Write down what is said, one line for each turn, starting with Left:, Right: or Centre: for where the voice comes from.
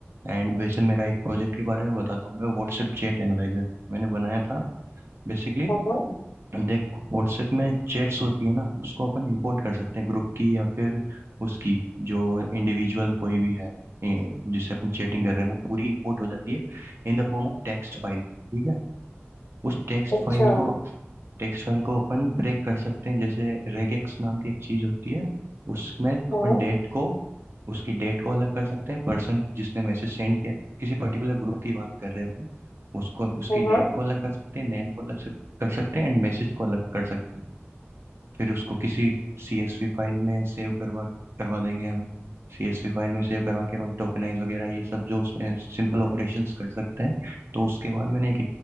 Right: एंड वैसे मेरा एक प्रोजेक्ट के बारे में बताता हूँ मैं व्हाट्सएप चैट एनालाइजर मैंने बनाया था बेसिकली
Left: हाँ,
Right: देख व्हाट्सएप में चैट्स होती है ना उसको अपन इंपोर्ट कर सकते हैं ग्रुप की या फिर उसकी जो इंडिविजुअल कोई भी है ए, जिससे अपन चैटिंग कर रहे हैं वो पूरी इंपोर्ट हो जाती है in the form of text file ठीक है उस टेक्स्ट
Left: अच्छा
Right: फाइल को टेक्स्ट फाइल को अपन ब्रेक कर सकते हैं जैसे रेगेक्स नाम की एक चीज होती है उसमें अपन
Left: हाँ
Right: डेट को उसकी डेट को अलग कर सकते हैं पर्सन जिसने मैसेज सेंड किया किसी पर्टिकुलर ग्रुप की बात कर रहे हैं अपन उसको उसकी
Left: हाँ
Right: डेट को अलग कर सकते हैं नेम को अलग सक, कर सकते हैं एंड मैसेज को अलग कर सकते हैं फिर उसको किसी सीएसवी फाइल में सेव करवा करवा देंगे हम सीएसवी फाइल में सेव करवा के अपन टोकनाइज वगैरह ये सब जो उसमें सिंपल ऑपरेशंस कर सकते हैं तो उसके बाद मैंने एक